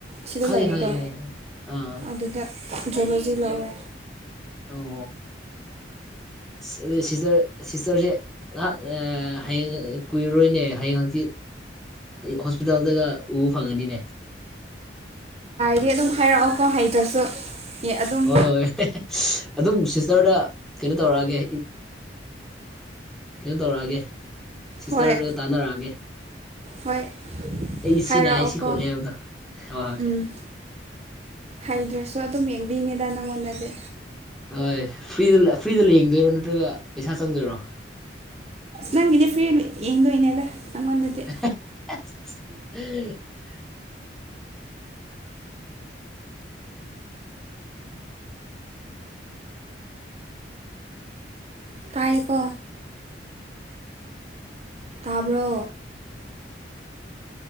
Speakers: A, on the right; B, in the centre.
A: ꯁꯤꯗ
B: ꯈꯪꯉꯦ
A: ꯂꯩꯕꯗꯣ
B: ꯈꯪꯉꯦ ꯈꯪꯉꯦ ꯑꯥ
A: ꯑꯗꯨꯗ ꯖꯨꯂꯣꯖꯤ ꯂꯧꯋꯦ
B: ꯑꯣ ꯑꯗꯨ ꯁꯤꯁꯇꯔ ꯁꯤꯁꯇꯔꯁꯦ ꯉꯥꯏꯍꯥꯛ ꯍꯌꯦꯡ ꯀꯨꯏꯔꯔꯣꯏꯅꯦ ꯍꯌꯦꯡ ꯍꯪꯆꯤꯠ ꯍꯣꯁꯄꯤꯇꯥꯜꯗꯒ ꯎꯕ ꯐꯪꯉꯅꯤꯅꯦ
A: ꯗꯤ ꯑꯗꯨꯝ ꯍꯥꯏꯔꯛꯑꯣꯀꯣ ꯍꯩꯇ꯭ꯔꯁꯨ ꯑꯦ ꯑꯗꯨꯝ
B: ꯍꯣꯏ ꯍꯣꯏ ꯑꯗꯨꯝ ꯁꯤꯁꯇꯔꯗ ꯀꯩꯅꯣ ꯇꯧꯔꯛꯑꯒꯦ ꯀꯩꯅꯣ ꯇꯧꯔꯛꯑꯒꯦ ꯁꯤꯁꯇꯔꯗ
A: ꯍꯣꯏ
B: ꯇꯥꯟꯅꯔꯛꯑꯒꯦ
A: ꯍꯣꯏ
B: ꯑꯦꯁꯤ
A: ꯍꯥꯏꯔꯛꯑꯣꯀꯣ
B: ꯅꯥꯏ ꯁꯤ ꯈꯣꯠꯂꯦ ꯍꯥꯢꯕꯗꯣ ꯍꯣ ꯍꯣꯢ
A: ꯎꯝ ꯍꯩꯗ꯭ꯔꯁꯨ ꯑꯗꯨꯝ ꯌꯦꯡꯕꯤꯅꯦꯗ ꯅꯪꯉꯣꯟꯗꯗꯤ
B: ꯍꯣꯏ ꯐ꯭ꯔꯤꯗ ꯐ꯭ꯔꯤꯗ ꯌꯦꯡꯗꯣꯏꯔꯣ ꯅꯠꯇ꯭ꯔꯒ ꯄꯩꯁꯥ ꯆꯪꯗꯣꯏꯔꯣ
A: ꯅꯪꯒꯤꯗꯤ ꯐ꯭ꯔꯤ ꯌꯦꯡꯗꯣꯏꯅꯦꯗ ꯅꯪꯉꯣꯟꯗꯗꯤ
B: <unintelligible>
A: ꯇꯥꯏꯀꯣ ꯇꯥꯕ꯭ꯔꯣ